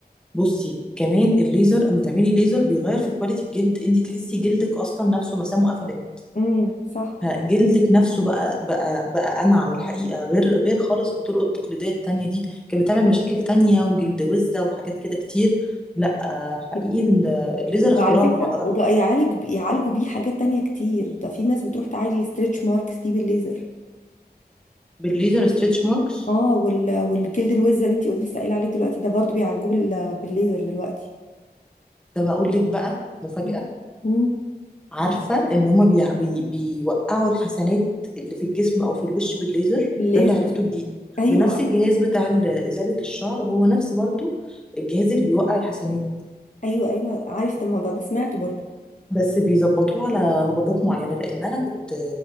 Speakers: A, in the centre; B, on the left.
A: بصي كمان الليزر اما تعملي ليزر بيغير في كواليتي الجلد انت تحسي جلدك اصلا نفسه مسامه قفلت
B: امم صح
A: جلدك نفسه بقى بقى بقى انعم الحقيقه غير غير خالص الطرق التقليديه التانية دي كانت بتعمل مشاكل تانية وجلد وزه وحاجات كده كتير لا آه، حقيقي
B: جدا
A: ال- الليزر
B: وعلى
A: اختراع
B: فكرة
A: على رايي
B: وبقى يعالج ب- يعالجوا بيه حاجات تانية كتير ده في ناس بتروح تعالج الستريتش ماركس دي بالليزر
A: بالليزر ستريتش ماركس
B: اه وال... والجلد الوز اللي انتي قلتي لسه قايله عليه دلوقتي ده برضو بيعالجوه بال... بالليزر دلوقتي
A: ده بقول لك بقى مفاجاه
B: مم. مم.
A: عارفة ان هما بي... بي... بيوقعوا الحسنات اللي في الجسم او في الوش بالليزر
B: بالليزر
A: ده اللي عرفته جديد
B: ايوه
A: بنفس الجهاز بتاع ال- ازالة الشعر هو نفس برضو الجهاز اللي بيوقع الحسنات
B: ايوه ايوه عرفت الموضوع ده سمعته برضو
A: بس بيظبطوه على نبضات معينة لان انا كنت